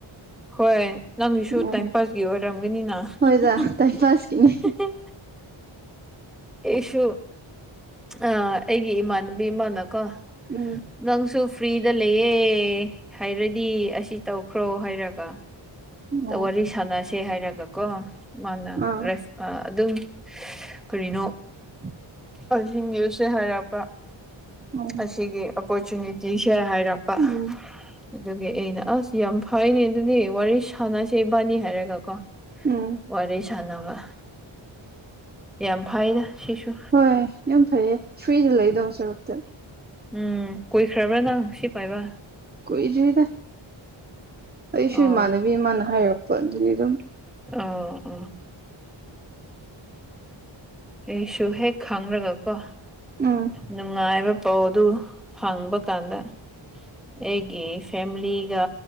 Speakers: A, in the centre; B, on the right (about 20°).
A: ꯍꯣꯏ ꯅꯪꯒꯤꯁꯨ
B: ꯑꯣ
A: ꯇꯥꯏꯝ ꯄꯥꯁꯀꯤ ꯑꯣꯏꯔꯝꯒꯅꯤꯅ ꯍ ꯍ
B: ꯍꯣꯏꯗ ꯇꯥꯏꯝ ꯄꯥꯁꯀꯤꯅꯤ
A: ꯍ ꯍꯍꯦ ꯑꯩꯁꯨ ꯑ ꯑꯩꯒꯤ ꯏꯃꯥꯟꯅꯕꯤ ꯑꯃꯥꯅꯀꯣ
B: ꯎꯝ
A: ꯅꯪꯁꯨ ꯐ꯭ꯔꯤꯗ ꯂꯩꯌꯦ ꯍꯥꯏꯔꯗꯤ ꯑꯁꯤ ꯇꯧꯈ꯭ꯔꯣ ꯍꯥꯏꯔꯒ
B: ꯑꯣ
A: ꯋꯥꯔꯤ ꯁꯥꯟꯅꯁꯦ ꯍꯥꯏꯔꯒ ꯀꯣ ꯃꯥꯅ
B: ꯑꯥ
A: ꯔꯦꯐ ꯑ ꯑꯗꯨꯝ ꯀꯔꯤꯅꯣ
B: <inaudible>
A: ꯑꯁꯤ ꯅ꯭ꯌꯨꯁꯁꯦ ꯍꯥꯏꯔꯛꯄ
B: ꯑꯣ
A: ꯑꯁꯤꯒꯤ ꯑꯣꯄꯣꯔꯆꯨꯅꯤꯇꯤꯁꯦ ꯍꯥꯏꯔꯛꯄ
B: ꯎꯝ
A: ꯑꯗꯨꯒꯤ ꯑꯩꯅ ꯑꯁ ꯌꯥꯝ ꯐꯥꯏꯅꯦ ꯑꯗꯨꯗꯤ ꯋꯥꯔꯤ ꯁꯥꯟꯅꯁꯦ ꯏꯕꯥꯟꯅꯤ ꯍꯥꯏꯔꯒ ꯀꯣ
B: ꯎꯝ
A: ꯋꯥꯔꯤ ꯁꯥꯟꯅꯕ ꯌꯥꯝ ꯐꯥꯏꯗ ꯁꯤꯁꯨ
B: ꯍꯣꯏ ꯌꯥꯝ ꯐꯩꯌꯦ ꯐ꯭ꯔꯤꯗ ꯂꯩꯗꯧ ꯁꯔꯨꯛꯇ
A: ꯎꯝ ꯀꯨꯏꯈ꯭ꯔꯕ꯭ꯔꯥ ꯅꯪ ꯁꯤ ꯄꯥꯏꯕ
B: ꯀꯨꯏꯗ꯭ꯔꯤꯗ ꯑꯩꯁꯨ
A: ꯑꯣ
B: ꯏꯃꯥꯟꯅꯕꯤ ꯑꯃꯅ ꯍꯥꯏꯔꯛꯄ ꯑꯗꯨꯒꯤ ꯑꯗꯨꯝ
A: ꯑꯥꯎ ꯑꯩꯁꯨ ꯍꯦꯛ ꯈꯪꯔꯒꯀꯣ
B: ꯎꯝ
A: ꯅꯨꯡꯉꯥꯏꯕ ꯄꯥꯎ ꯗꯨ ꯐꯪꯕ ꯀꯥꯟꯗ ꯑꯩꯒꯤ ꯐꯦꯃꯤꯂꯤꯒ